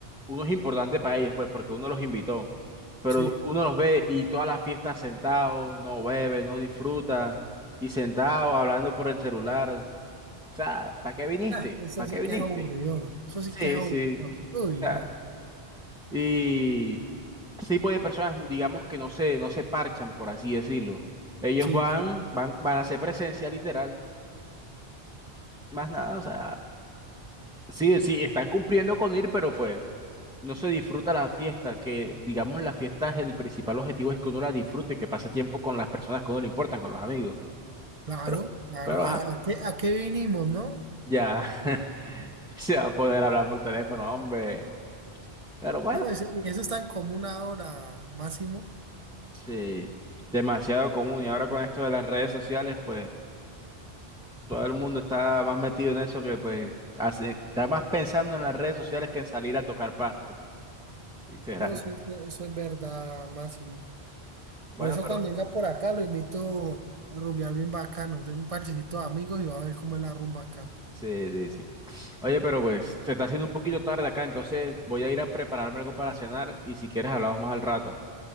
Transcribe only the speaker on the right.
Sí.
Ah, eso
sí
que es aburridor. Eso sí
que es aburridor.
Uy,
no.
Sí,
sí,
claro,
claro.
¿A,
a qué, a qué vinimos, no?
No, eso, y eso es tan común ahora, Máximo.
No, sí, eso, eso es verdad, Máximo.
Por eso
cuando venga por acá lo invito a rumbear bien bacano. Tengo un parchecito de amigos y va a ver cómo es la rumba acá.